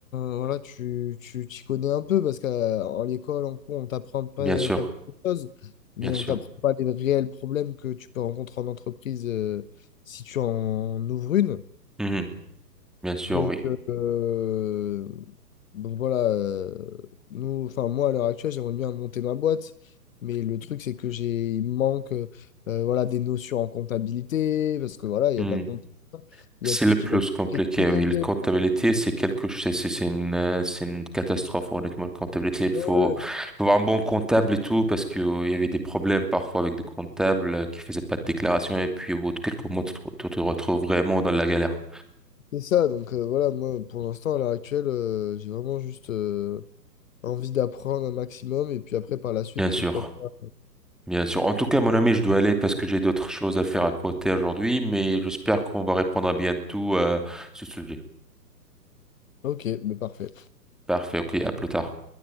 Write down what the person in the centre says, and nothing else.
Bien sûr,
bien sûr.
Mhm. Bien sûr,
oui.
Mhm.
C'est
le
plus
compliqué,
oui. La comptabilité,
c'est quelque chose, c'est c'est- c'est une, euh, c'est une catastrophe, honnêtement. La comptabilité, il faut,
faut avoir un bon comptable et tout, parce que, euh, il y avait des problèmes parfois avec des comptables euh, qui faisaient pas de déclaration, et puis au bout de quelques mois, tu te, re- tu te retrouves vraiment dans la galère.
Bien sûr,
bien sûr. En tout cas, mon ami, je dois aller parce que j'ai d'autres choses à faire à côté aujourd'hui, mais j'espère qu'on va répondre à bientôt, euh, ce sujet.
Parfait, ok, à plus tard.